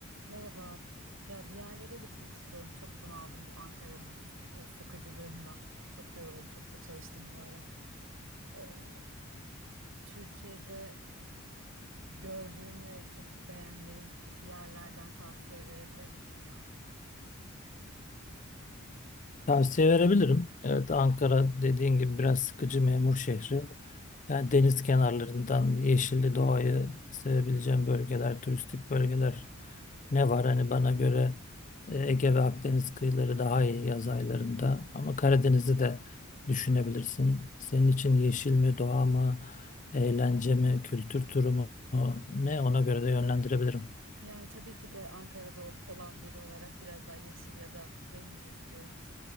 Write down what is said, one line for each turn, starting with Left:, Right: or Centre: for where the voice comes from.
Right: Merhaba. Ya bir yerlere gitmek istiyorum. Çok bunaldım bu Ankara'nın e, sıkıcılığından. Çok yoruldum. Çok da çalıştım bu ara. Ee, Türkiye'de gördüğün ve çok beğendiğin yerlerden tavsiye verebilir misin ya? <laughs>
Left: Tavsiye verebilirim. Evet Ankara dediğin gibi biraz sıkıcı memur şehri. Yani deniz kenarlarından yeşilli doğayı sevebileceğim bölgeler, turistik bölgeler ne var? Hani bana göre e, Ege ve Akdeniz kıyıları daha iyi yaz aylarında. Ama Karadeniz'i de düşünebilirsin. Senin için yeşil mi, doğa mı, eğlence mi, kültür turu mu ne ona göre de yönlendirebilirim.
Right: Yani tabii ki de Ankara'da ol- olan biri olarak biraz daha yeşil ya da deniz istiyoruz.